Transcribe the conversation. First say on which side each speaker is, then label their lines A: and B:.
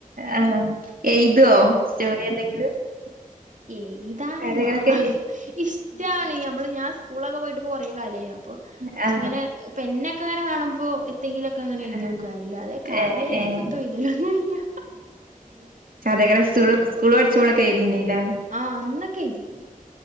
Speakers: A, on the right; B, on the right.
A: ആ എയ്തോ സ്റ്റോറി എന്തെങ്കിലും?
B: <inaudible> എഴുതാനൊന്നുംവാ
A: കഥകളൊക്കെ
B: ഇഷ്ടാണ് നമ്മള് ഞാൻ സ്കൂളൊക്കെ പോയിട്ട് കൊറ കാലായിലെ അപ്പ
A: ആ
B: ഇങ്ങനെ ഇപ്പൊ പേനൊക്കെ അങ്ങനെ കാണുമ്പോ ന്തെങ്കിലൊക്കെ എഴുതോക്ക അങ്ങനെ എഴുയക്കല്ല
A: ആ
B: അതെ കാര്യമായിട്ട്പ്പ
A: ഏ ഏ
B: എഴ്തലൊന്നുല്ലാ
A: ഭയരസ് സ്കൂൾ പഠിച്ചപ്പോക്കെ എഴുതിനി ല്ലേ
B: ആഹ് അന്നക്കെ ഇതീനി